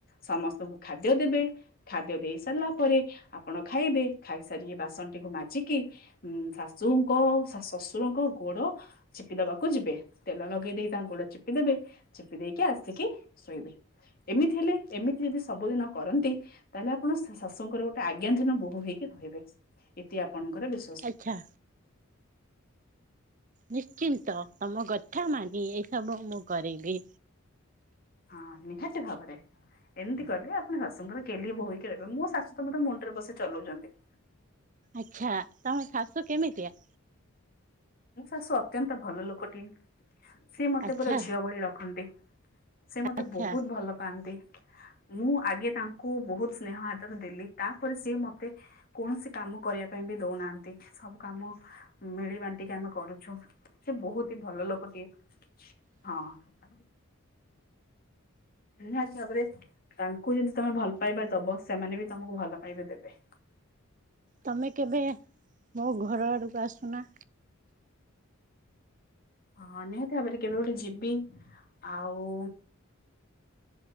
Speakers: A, on the left; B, on the right.
A: ସମସ୍ତଙ୍କୁ ଖାଦ୍ୟ ଦେବେ। ଖାଦ୍ୟ ଦେଇ ସାରିଲା ପରେ ଆପଣ ଖାଇବେ। ଖାଇସାରିକି ବାସନଟିକୁ ମାଜିକି କି ଉଁ ଶାଶୁଙ୍କ ଶଶୁରଙ୍କ ଗୋଡ ଚିପି ଦବାକୁ ଯିବେ। ତେଲ ଲଗେଇ ଦେଇକି ତାଙ୍କ ଗୋଡ ଚିପି ଦେବେ। ଚିପି ଦେଇକି ଆସିକି ଶୋଇବେ ଏମିତି ହେଲେ ଏମିତି ଯଦି ସବୁଦିନ କରନ୍ତି ତାହେଲେ ଆପଣ ଶାଶୁଙ୍କର ଗୋଟେ ଆଜ୍ଞାଧିନ ବୋହୁ ହେଇକି ରହିବେ। ଏଇତି ଆପଣଙ୍କର ବିଷ
B: ଆଚ୍ଛା। ନିଶ୍ଚିନ୍ତ ତମ ଗଥା ମାନି ଏଇସବୁ ମୁଁ କରିବି।
A: ହଁ ନିହାତି ଭାବରେ। ଏମିତି କହିଲେ ଆପଣ ଶାଶୁଙ୍କର ଗେଲ୍ଲୀ ବୋହୁ ହେଇକି ରହିବେ। ମୋ ଶାଶୁ ତ ମତେ ମୁଣ୍ଡରେ ବସି ଚଲଉଛନ୍ତି।
B: ଆଚ୍ଛା ତମ ଶାଶୁ କେମିତିଆ?
A: ମୋ ଶାଶୁ ଅତ୍ୟନ୍ତ ଭଲ ଲୋକଟିଏ। ସିଏ ମତେ
B: ଆଚ୍ଛା
A: ପୁରା ଝିଅ ଭଳି ରଖନ୍ତି। ସେ ମତେ
B: ଆଚ୍ଛା
A: ବହୁତ ଭଲ ପାଆନ୍ତି। ମୁଁ ଆଗେ ତାଙ୍କୁ ବହୁତ ସ୍ନେହ ଆଦର ଦେଲି। ତାପରେ ସିଏ ମତେ କୌଣସି କାମ କରିବା ପାଇଁ ବି ଦଉ ନାହାନ୍ତି। ସବୁ କାମ ମିଳି ବାନ ଟିକେ ଆମେ କରୁଛୁ। ସେ ବହୁତ ହି ଭଲ ଲୋକ ଟିକେ ହଁ। ନିହାତି ଭାବରେ ତାଙ୍କୁ ଯଦି ତମେ ଭଲ ପାଇବା ଦବ। ସେମାନେ ବି ତମକୁ ଭଲ ପାଇବା ଦେବେ।
B: ତମେ କେବେ ମୋ ଘର ଆଡକୁ ଆସୁନା?
A: ହଁ ନିହାତି ଭାବରେ କେବେ ଗୋଟେ ଯିବି। ଆଉ